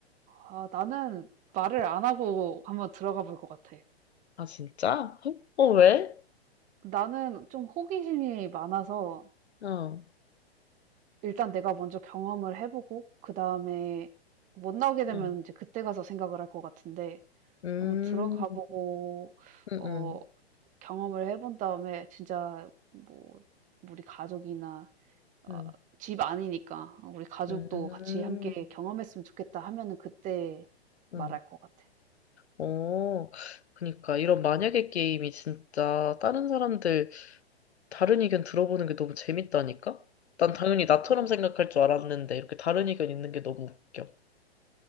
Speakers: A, on the right (about 25°); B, on the left (about 80°).
A: 아, 나는 말을 안 하고 한번 들어가 볼 것 같아.
B: 아, 진짜? 헉? 어, 왜?
A: 나는 좀 호기심이 많아서
B: 어,
A: 일단 내가 먼저 경험을 해보고 그 다음에 못 나오게 되면
B: 어.
A: 이제 그때 가서 생각을 할 것 같은데
B: 음,
A: 한번 들어가 보고
B: 음,
A: 어
B: 음,
A: 경험을 해본 다음에 진짜 뭐 우리 가족이나
B: 음,
A: 어 집 아니니까 '어 우리 가족도
B: 음,
A: 같이 함께 경험했으면 좋겠다.' 하면은 그때
B: 음.
A: 말할 것 같아.
B: 어, 그니까, 이런 만약에 게임이 진짜 다른 사람들 다른 의견 들어보는 게 너무 재밌다니까? 난 당연히 나처럼
A: 그러니까
B: 생각할 줄 알았는데, 이렇게 다른 의견 있는 게 너무 웃겨.